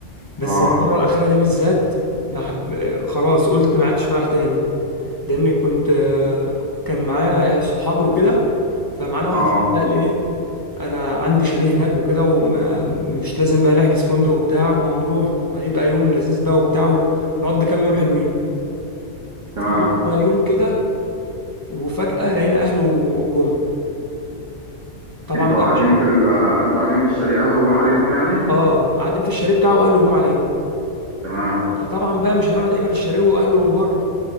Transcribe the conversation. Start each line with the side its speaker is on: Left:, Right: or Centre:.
Left: بس
Right: اه
Left: المره الاخيره دي بالذات ما حب... آه، خلاص قلت ما عدتش رايح تاني لان كنت آه، كان معايا صحابي وكده فمعانا واحد
Right: اه
Left: صاحبي قال ايه انا عندي شاليه هناك وكده ومش لازم بقى نحجز فندق وبتاع وهنروح وهيبقى يوم لذيذ بقى وبتاع ونقضي كام يوم حلوين
Right: تمام
Left: قضينا يوم كده وفجأة لقينا اهله جم طبعا
Right: انتوا
Left: بقى
Right: قاعدين
Left: مش
Right: في ال آه، انتوا قاعدين في الشاليه اهله جم عليكم يعني
Left: اه قاعدين في الشاليه بتاعه واهله جم علينا
Right: تمام
Left: فطبعا بقى مش هنقعد احنا في الشاليه واهله بره